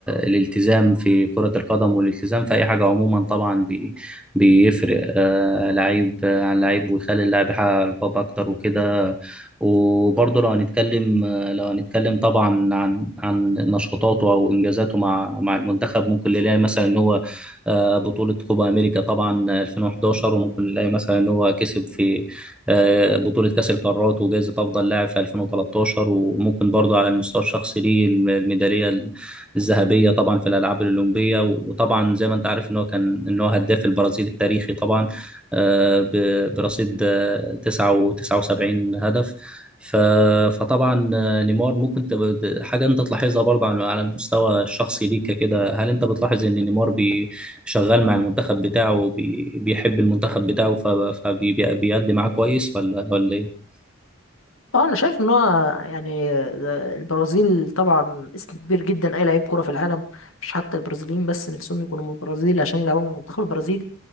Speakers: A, in the centre; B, on the left (about 75°).
A: الالتزام في كرة القدم والالتزام في أي حاجة عموما طبعا بي بيفرق آه، لعيب عن لعيب ويخلي اللاعب يحقق ألقاب أكتر وكده وبرضه لو هنتكلم آه، لو هنتكلم طبعا عن عن نشاطاته أو إنجازاته مع مع المنتخب ممكن نلاقي مثلا إن هو آه، بطولة كوبا أمريكا طبعا 2011 وممكن نلاقي مثلا إن هو كسب في آه، بطولة كأس القارات وجائزة أفضل لاعب في 2013 وممكن برضه على المستوى الشخصي ليه الميدالية الذهبية طبعا في الألعاب الأولمبية وطبعا زي ما أنت عارف إن هو كان إن هو هداف البرازيل التاريخي طبعا آه، ب- برصيد آه، 79 هدف ف- فطبعا آه، نيمار ممكن تبقى حاجة أنت تلاحظها برضه على على المستوى الشخصي ليك كده هل أنت بتلاحظ إن نيمار بي شغال مع المنتخب بتاعه وبي- بيحب المنتخب بتاعه فبيأدي معاه كويس ولا ولا إيه؟
B: اه انا شايف ان هو يعني آه، البرازيل طبعا اسم كبير جدا اي لعيب كوره في العالم مش حتى البرازيليين بس نفسهم يكونوا من البرازيل عشان يلعبوا مع منتخب البرازيل